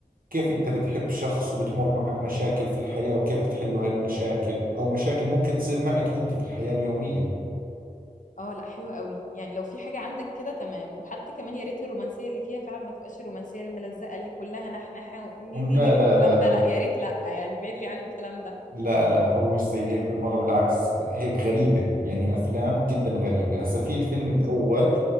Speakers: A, on the right; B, on the left.
A: كيف أنت بتحب شخص وبتمر معك مشاكل في الحياة وكيف بتحلوا هاي المشاكل أو مشاكل ممكن تصير معك أنت في الحياة اليومية
B: اه لا حلوة قوي يعني لو في حاجة عندك كده تمام وحتى كمان يا ريت الرومانسية اللي فيها فعلا ما تبقاش الرومانسية الملزقة اللي كلها نحنحة ونينينيني
A: لا لا
B: والكلام
A: لا لا
B: ده لا يا ريت لا يعني بعيد لي عن الكلام ده
A: لا لا هو مش زي هيك بالمرة بالعكس هيك غريبة يعني أفلام جدا غريبة هسا في الفيلم الأول